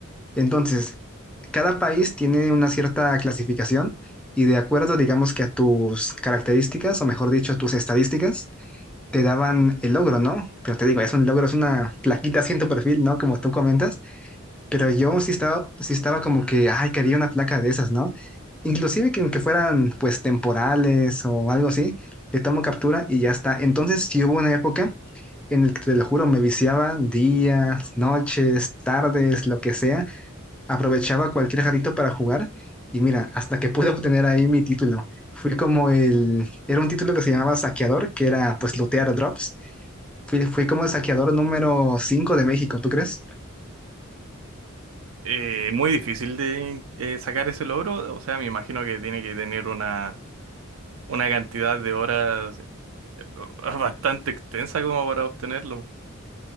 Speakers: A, in the centre; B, on the right (about 75°).
A: Entonces, cada país tiene una cierta clasificación y de acuerdo, digamos que a tus características, o mejor dicho, a tus estadísticas, te daban el logro, ¿no? Pero te digo, es un logro, es una plaquita así en tu perfil, ¿no? Como tú comentas, pero yo sí estaba, sí estaba como que, ay, quería una placa de esas, ¿no? Inclusive que aunque fueran pues temporales o algo así, le tomo captura y ya está. Entonces sí hubo una época en el que te lo juro, me viciaba días, noches, tardes, lo que sea. Aprovechaba cualquier jarrito para jugar y mira, hasta que pude obtener ahí mi título. Fui como el, era un título que se llamaba Saqueador, que era pues lootear drops. Fui, fui como el saqueador número 5 de México, ¿tú crees?
B: Eh, muy difícil de eh, sacar ese logro, o sea, me imagino que tiene que tener una, una cantidad de horas <laughs> eh, bastante extensa como para obtenerlo.